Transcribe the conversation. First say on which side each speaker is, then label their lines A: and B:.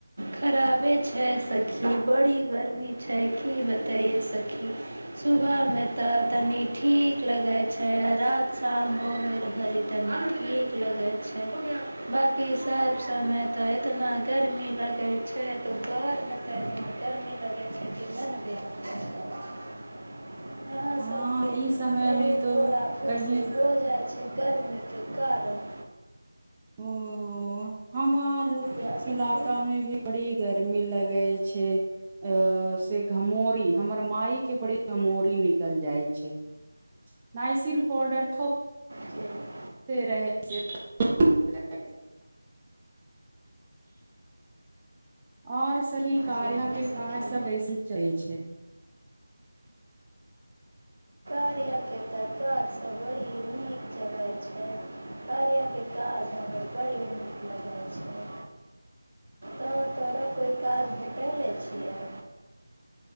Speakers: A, on the right; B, on the right.
A: खराबे छै सखी बड़ी गर्मी छै की बतैयो सखी सुबह मे तऽ तनि ठीक लगे छै आ रात शाम होवे घड़ी तनी ठीक लगै छै बाँकी सभ समय तऽ इतना गर्मी लगै छै दोपहरमे तऽ इतना गर्मी लगै छै कि मन व्याकुल भऽ जाइछ यहाँ
B: हँ
A: सबके
B: ई समय
A: ओहि
B: मे तो
A: फोरा फुंसी
B: कहीं
A: हो जाइ छै गर्मी केे कारण
B: ओ हमर
A: या सखी
B: इलाका में भी बड़ी गर्मी लग लागैछै से घमोरी हमर माय के बड़ी घमोरी निकल जाइ छै नाइसिल पाउडर थोपते
A: जे
B: रहै छै <unintelligible> आओर सखी कार्या
A: जेमे
B: के
A: सखी
B: काज सभ कइसन चलै छै
A: कार्या के त काज सब बड़ी नीक चलै छै कार्या के काज हमर बड़ी नीक लगै छै तऽ तोरो कोइ काज भेटैल दैय छियै